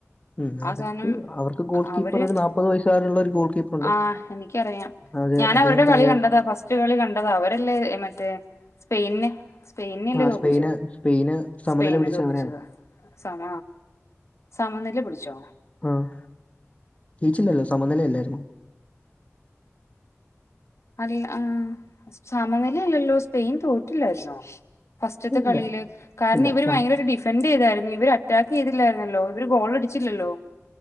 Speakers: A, on the left; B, on the left.
A: ഉം
B: ആ
A: അവർക്ക്
B: സാനം
A: അവർക്ക് ഗോൾ കീപ്പർ
B: അവര്
A: ഒരു നാപ്പത് വയസ്സുകാരുള്ള ഒരു ഗോൾ കീപ്പറുണ്ട്.
B: ആഹ് എനിക്കറിയാം
A: അതെ
B: ഞാനവര്ടെ
A: അദ്ദേഹം ഭയങ്കര
B: കളി കണ്ടതാ ഫസ്റ്റ് കളി കണ്ടതാ അവരല്ലേ മറ്റേ സ്പെയ്നെ സ്പെയിന്നെയല്ലേ
A: ആഹ്
B: തോപ്പിച്ചേ
A: സ്പെയിന് സ്പെയിന് സമനില
B: സ്പെയിന്നെ
A: പിടിച്ച
B: തോപ്പിച്ചത്
A: അവനാണ്.
B: സമ സമനില പിട്ച്ചോ
A: ആഹ് ജയിച്ചില്ലല്ലോ സമനില അല്ലായിര്ന്നാേ
B: അറിയ്ൽ ആഹ് സമനിലെല്ലല്ലോ സ്പെയിൻ തോറ്റില്ലായ്ര്ന്നോ ഫസ്റ്റ്ത്തെ
A: ഇല്ല
B: കളീല് കാരണം
A: ഇല്ല
B: ഇവര്
A: സ-
B: വയങ്കരൊരു ഡിഫ് ഫെന്റ് ചെയ്തായിര്ന്ന് ഇവര് അറ്റാക്ക് ചെയ്തില്ലായിര്ന്നല്ലോ ഇവര് ഗോളടിച്ചില്ലല്ലോ